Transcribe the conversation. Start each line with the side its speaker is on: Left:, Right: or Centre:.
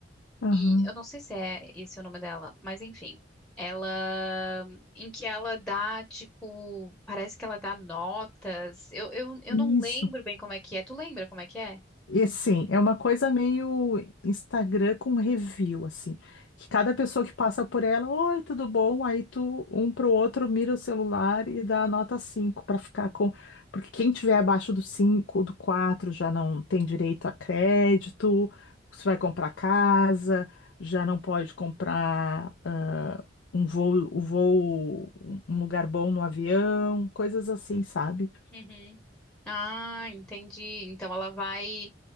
Left: Aham,
Centre: E eu não sei se é esse o nome dela, mas enfim. Ela, em que ela dá, tipo, parece que ela dá notas. Eu, eu, eu
Left: Isso,
Centre: não lembro bem como é que é. Tu lembra como é que é?
Left: E assim, é uma coisa meio Instagram com review, assim, que cada pessoa que passa por ela, oi, tudo bom? Aí tu, um pro outro, mira o celular e dá a nota cinco para ficar com. Porque quem tiver abaixo do 5, do 4 já não tem direito a crédito, se vai comprar casa, já não pode comprar ah, um voo, o voo, um um lugar bom no avião, coisas assim, sabe?
Centre: Uhum. Ah, entendi. Então ela vai,